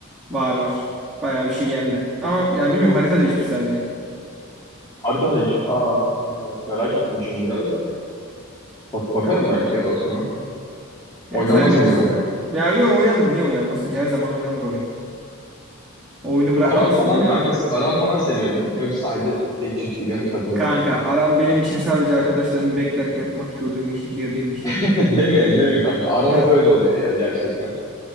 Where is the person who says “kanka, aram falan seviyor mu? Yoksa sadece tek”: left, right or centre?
Left